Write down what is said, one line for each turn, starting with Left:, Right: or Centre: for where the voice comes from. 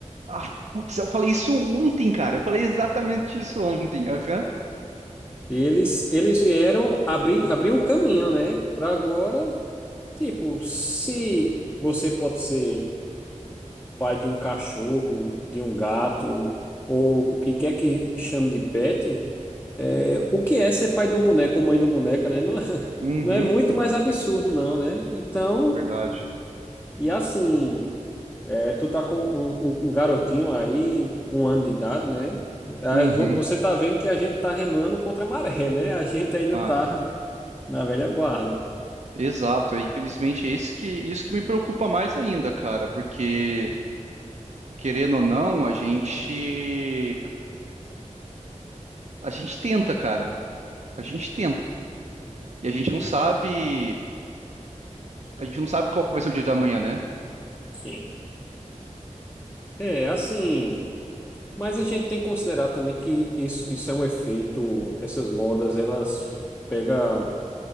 Right: Ah, putz, eu falei isso ontem, cara. Eu falei exatamente isso ontem. Aham.
Left: E eles, eles vieram abrir, abrir o caminho, né? Para agora, tipo, se você pode ser pai de um cachorro, de um gato, ou o que quer que chame de pet, é, o que é ser pai de um boneco ou mãe de uma boneca, né? Não, é- <laughs>
Right: Uhum,
Left: não é muito mais absurdo, não, né? Então,
Right: verdade.
Left: e assim. É, tu tá com um, um um garotinho aí, um ano de idade, né? Ah,
Right: Uhum,
Left: vo- Você tá vendo que a gente tá remando contra a maré, né? A gente ainda
Right: cara.
Left: tá na velha guarda.
Right: Exato. é, Infelizmente, é isso que, isso que me preocupa mais ainda, cara. Porque, querendo ou não, a gente, a gente tenta, cara. A gente tenta. E a gente não sabe, a gente não sabe qual que vai ser o dia da manhã, né?
Left: Sim. É, assim, mas a gente tem que considerar também que isso, isso é um efeito, essas modas, elas pegam